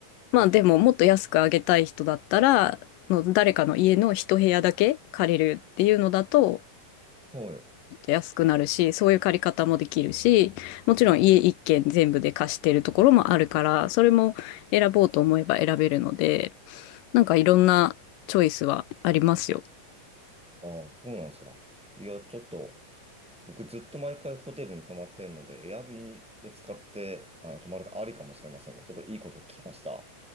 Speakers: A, on the left; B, in the centre.
A: まあでももっと安くあげたい人だったら、の誰かの家の一部屋だけ借りるっていうのだと、
B: はい。
A: もっと安くなるし、そういう借り方もできるし、もちろん家一軒全部で貸してるところもあるから、それも選ぼうと思えば選べるので、なんかいろんなチョイスはありますよ。
B: ああ、そうなんですか。いや、ちょっと、僕ずっと毎回ホテルに泊まってるので、エアビーで使って、あの、泊まるってありかもしれませんね。ちょっといいこと聞きました。